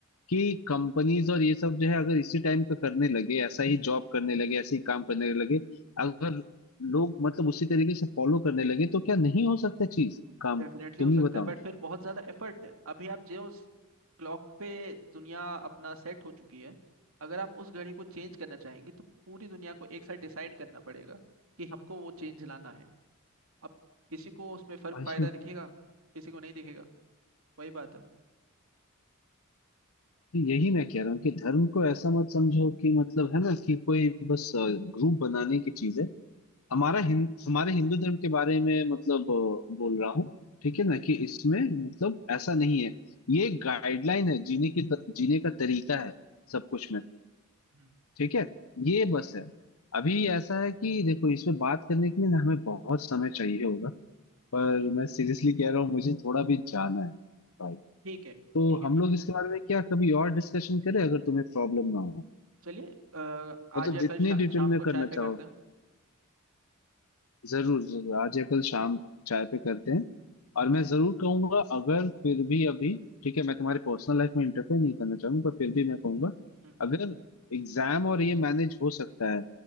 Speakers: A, on the left; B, on the right.
A: कि कंपनीज और ये सब जो है अगर इसी टाइम पे करने लगे ऐसा ही जॉब करने लगे ऐसे ही काम करने लगे अगर लोग मतलब उसी तरीके से फॉलो करने लगे तो क्या नहीं हो सकता चीज काम
B: डेफिनेटली
A: तुम
B: हो सकता
A: ही बताओ
B: है बट
A: ना।
B: फिर बहुत ज्यादा एफर्ट है अभी आप जो क्लॉक पे दुनिया अपना सेट हो चुकी है अगर आप उस घड़ी को चेंज करना चाहेंगे तो पूरी दुनिया को एक साथ डिसाइड करना पड़ेगा कि हमको वो चेंज लाना है अब किसी को उसमें फर्क
A: वैसे
B: फायदा दिखेगा किसी को नहीं दिखेगा वही बात है
A: यही मैं कह रहा हूँ कि धर्म को ऐसा मत समझो कि मतलब है ना कि कोई बस ग्रुप बनाने की चीज है हमारा हिं, हमारे हिंदू धर्म के बारे में मतलब अ, बोल रहा हूँ ठीक है ना कि इसमें मतलब ऐसा नहीं है ये गाइडलाइन है जीने की त- जीने का तरीका है सब कुछ में
B: हम्म,
A: ठीक है ये बस है अभी ऐसा है कि देखो इसमें बात करने के लिए ना हमें बहुत समय चाहिए होगा पर मैं सीरियसली कह रहा हूँ मुझे थोड़ा भी जाना है भाई
B: ठीक है
A: तो
B: ठीक है
A: हम
B: ठीक
A: लोग
B: है
A: इसके बारे में क्या कभी और डिस्कशन करें अगर तुम्हें प्रॉब्लम ना हो
B: चलिए अ,
A: मतलब
B: आज या
A: जितनी
B: कल शा,
A: डिटेल
B: शाम
A: में
B: को
A: करना
B: चाय पे
A: चाहो
B: करते हैं
A: जरूर जरूर आज या कल शाम चाय पे करते हैं और मैं जरूर कहूंगा अगर फिर भी अभी ठीक है मैं तुम्हारी पर्सनल लाइफ में इंटरफेयर नहीं करना चाहूंगा पर फिर भी मैं कहूंगा
B: हम्म
A: अगर एग्जाम और ये मैनेज हो सकता है